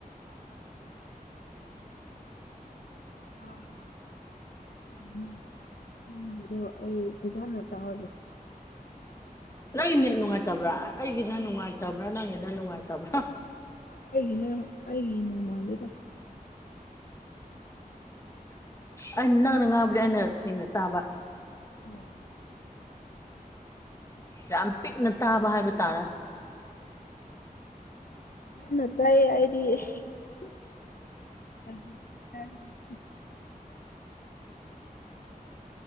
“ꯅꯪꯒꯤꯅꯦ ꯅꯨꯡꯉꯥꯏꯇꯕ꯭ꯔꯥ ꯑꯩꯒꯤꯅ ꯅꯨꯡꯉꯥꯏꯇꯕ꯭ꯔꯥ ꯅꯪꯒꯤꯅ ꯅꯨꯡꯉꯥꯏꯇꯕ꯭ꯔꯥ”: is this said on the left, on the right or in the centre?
Left